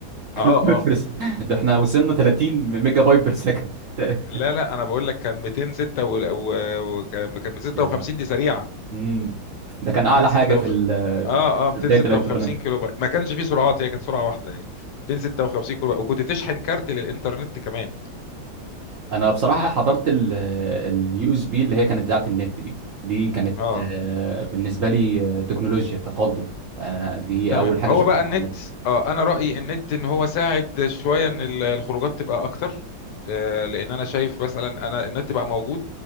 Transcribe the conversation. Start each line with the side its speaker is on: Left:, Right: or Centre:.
Right: كيلو
Left: اه
Right: بايت
Left: اه
Right: بر سكند <laughs> ده احنا وصلنا 30 ميجا بايت بير سكند <laughs>
Left: لا لا انا بقول لك كان 206 وال- و- و... وكان كان 256
Right: يا لهو
Left: دي سريعة
Right: امم ده كان اعلى
Left: 256
Right: حاجه في ال...
Left: اه اه 256
Right: في بدايه الانترنت
Left: كيلو بايت ما كانش فيه سرعات هي كانت سرعة واحدة يعني 256 كيلو بايت وكنت تشحن كارت للإنترنت كمان
Right: انا بصراحه حضرت اليو اس بي اللي هي كانت بتاعه النت دي دي كانت
Left: اه
Right: آه، بالنسبه لي آه، تكنولوجيا تقدم يعني انا دي
Left: تمام
Right: اول حاجه
Left: هو
Right: اشوفها
Left: بقى النت
Right: على النت
Left: اه انا رايي النت ان هو ساعد شويه ان ال- الخروجات تبقى اكتر آه لان انا شايف مثلا انا النت بقى موجود